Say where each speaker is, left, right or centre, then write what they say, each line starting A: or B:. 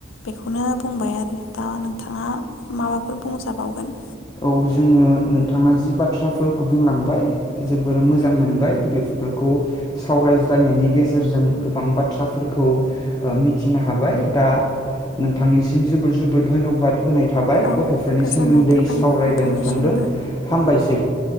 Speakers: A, on the left; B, on the left.
A: बे खौनो बुंबाय आरो। दा नोंथाङा माबा फोर बुंंजाबावगोन।
B: औ जोङो नोंथाङा जि बाथ्राफोरखौ बुंलांबाय जोबोर मोजां मोनबाय बेफोरखौ सावरायज्लायनायनि गेजेरजों गोबां बाथ्राफोरखौ ओ मिथिनो हाबाय दा नोंथांनिसिम जोबोर जोबोर धन्यबाद होनाय थाबाय
A: औ
B: गथ'फोरनि
A: गोजोननाय
B: सोमोन्दै
A: थाबाय
B: <unintelligible>
A: नोंथांनिसिमबो
B: नोंथांदों हामबायसै